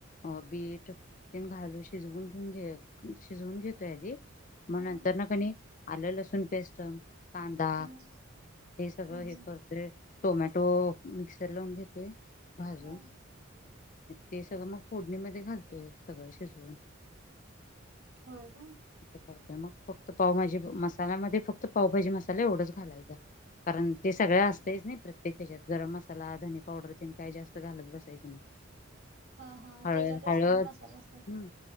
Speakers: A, on the left (about 40°); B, on the right (about 65°).
A: अ बीट तेन घालू शिजवून घेऊन घे शिजवून घेतोय आधी. म
B: हम्म
A: नंतर ना, कनी आलं लसूण पेस्ट. कांदा
B: हम्म
A: हे सगळं हे
B: हम्म
A: करते. टोमॅटो मिक्सर लावून घेतोय भाजून.
B: हम्म
A: ते सगळं मग फोडणीमध्ये घालतोय सगळं शिजवून.
B: हो काय.
A: तस करते मग फक्त पावभाजी मसाला मध्ये फक्त पावभाजी मसाला एवढंच घालायचा. कारण ते सगळ्या असतच नाही प्रत्येक ह्याच्यात गरम मसाला धनी पावडर तेन काही जास घालत बसायचं नाही
B: हा हा
A: हळद
B: त्याच्यातच
A: हळद
B: सगळं मसाला असत
A: हम्म.